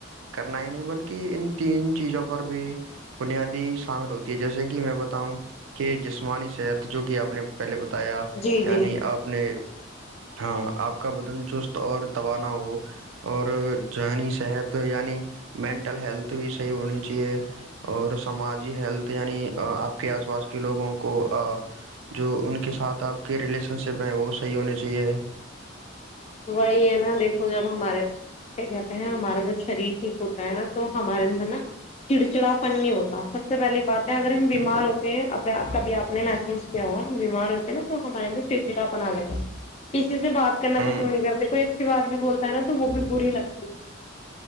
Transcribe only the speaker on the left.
جی
جی
وہی ہے نا دیکھو جب ہمارے کیا کہتے ہیں ہمارا جب شریر ٹھیک ہوتا ہے نا تو ہمارے اندر نا چڑچڑاپن نہیں ہوتا سب سے پہلی بات اگر ہم بیمار
ہوتے ہیں کبھی آپ نے محسوس کیا ہوا ہم بیمار ہوتے ہیں نا تو ہمارے اندر چڑچڑاپن آ جاتا سے بات کرنا
پسند نہیں کرتے کوئی اچھی بات بھی بولتا ہے نا تو وہ بھی بری لگتی ہے